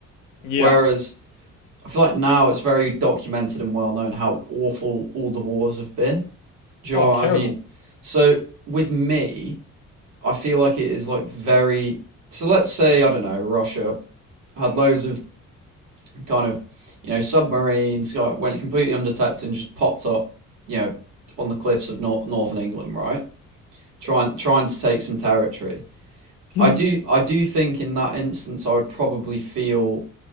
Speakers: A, on the left; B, on the right.
A: yeah.
B: Whereas I feel like now it's very documented and well known how awful all the wars have been. Do
A: Oh,
B: you know what
A: terrible.
B: I mean? So with me, I feel like it is like very. So let's say I don't know Russia had loads of kind of you know submarines went completely undetected and just popped up you know on the cliffs of nor- northern England right trying trying to take some territory.
A: <laughs>
B: I do I do think in that instance I would probably feel